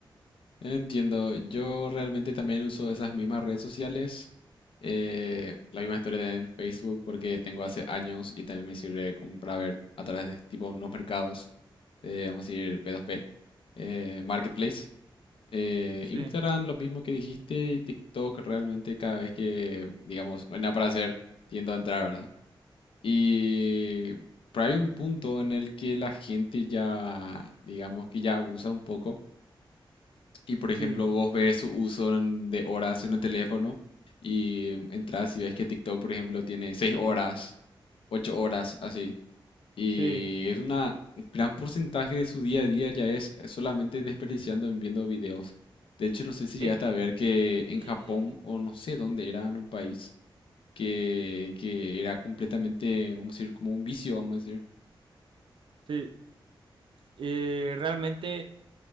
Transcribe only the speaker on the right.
Sí,
sí,
sí.
Es
que...
Sí, eh, realmente